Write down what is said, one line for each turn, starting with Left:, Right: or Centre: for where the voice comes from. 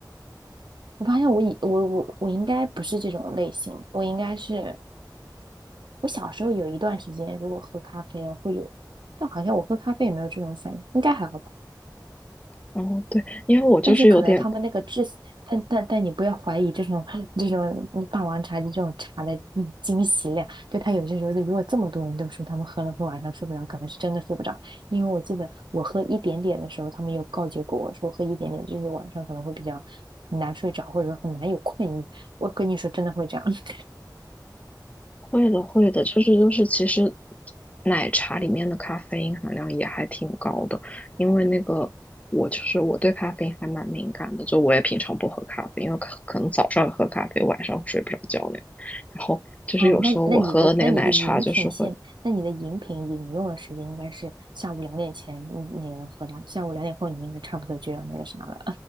Right: 我发现我以我我我应该不是这种类型，我应该是我小时候有一段时间，如果喝咖啡了会有，但好像我喝咖啡也没有这种反应，应该还好吧。
Left: 然后对，因为我就是有点
Right: 但是可能他们那个制，但但但你不要怀疑这种这种嗯霸王茶姬这种茶的嗯惊喜量，就他有些时候，如果这么多人都说他们喝了会晚上睡不着，可能是真的睡不着。因为我记得我喝一点点的时候，他们有告诫过我说喝一点点就是晚上可能会比较难睡着，或者说很难有困意。我跟你说，真的会这样。<laughs>
Left: 会的，会的，就是就是，其实奶茶里面的咖啡因含量也还挺高的，因为那个我就是我对咖啡因还蛮敏感的，就我也平常不喝咖啡，因为可可能早上喝咖啡，晚上睡不着觉那样。然后就是有时候我喝了那个奶茶，
Right: 哦，那那你的那你的饮品现，
Left: 就是会
Right: 那你的饮品饮用的时间应该是下午两点前你你能喝到，下午两点后你应该差不多就要那个啥了。